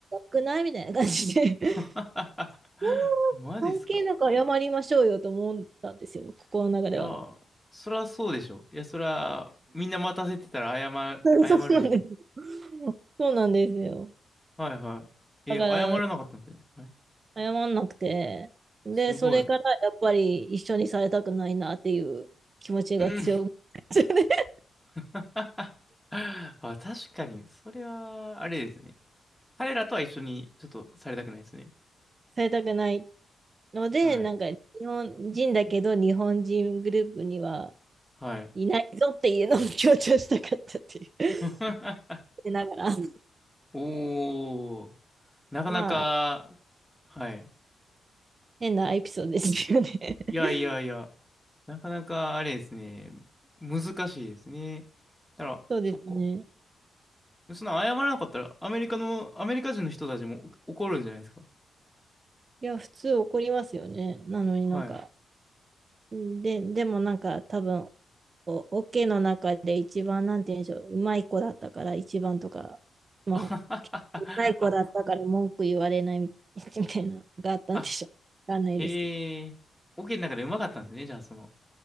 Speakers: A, on the right; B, in the centre.
A: くないみたいな感じで <laughs>
B: <laughs>
A: そんな
B: マジですか。
A: <laughs> 関係なく謝りましょうよと思ったんですよ、心の中では。
B: いや、そりゃそうでしょ。いや、そりゃ、みんな待たせてたら謝る、
A: <laughs> そうなんです。
B: 謝るでしょ。
A: そうなんですよ。
B: はいはい。
A: だから、
B: え、謝らなかったんですね。はい。
A: 謝んなくて、で、
B: すごい。
A: それからやっぱり一緒にされたくないなっていう気持ちが強くなっちゃって
B: うん
A: <laughs>
B: <laughs> あ、確かに、それは、あれですね。彼らとは一緒に、ちょっとされたくないですね。
A: されたくないので、
B: はい。
A: なんか日本人だけど日本人グループには、
B: はい。
A: いないぞっていうのも強調したかったっていう <laughs>
B: <laughs>
A: でながら、
B: おー、なかなか、
A: まあ、
B: はい。
A: 変なエピソードですよね
B: いやいやいや、
A: <laughs>
B: なかなか、あれですね。難しいですね。だから、
A: そうですね。
B: そっか。そんな謝らなかったら、アメリカの、アメリカ人の人たちも怒るんじゃないですか。
A: いや、普通怒りますよね。なのになんか、
B: はい。
A: で、でもなんか多分、お、オケの中で一番、なんて言うんでしょう、うまい子だったから一番とか、まあ、
B: <laughs>
A: うまい子だったから文句言われない
B: あ、
A: <laughs> みみたいなのがあったんでしょう。
B: あ、
A: わかんないですけど。
B: へえ。オケの中でうまかったんですね。じゃあ、その。